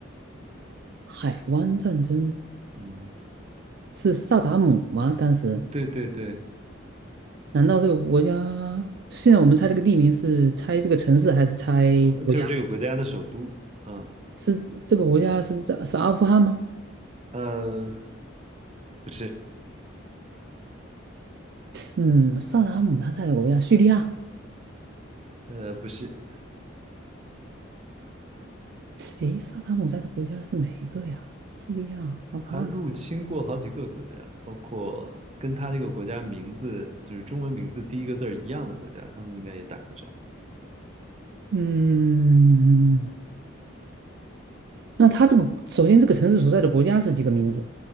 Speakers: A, on the right (about 55°); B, on the right (about 30°).
A: 海湾战争。
B: 嗯，
A: 是萨达姆吗？当时
B: 对对对，
A: 难道这个国家现在我们猜这个地名是猜这个城市还是猜国家？
B: 呃就是这个国家的首都。嗯，
A: 是这个国家是在是阿富汗吗？
B: 呃，不是，
A: 嗯，萨达姆他在的国家叙利亚。
B: 呃，不是，
A: 诶，萨达姆在的国家是哪一个呀？叙利亚、阿富汗。
B: 他入侵过好几个国家，包括跟他这个国家名字就是中文名字第一个字儿一样的国家，他们应该也打过仗。
A: 嗯，那他这个首先这个城市所在的国家是几个名字？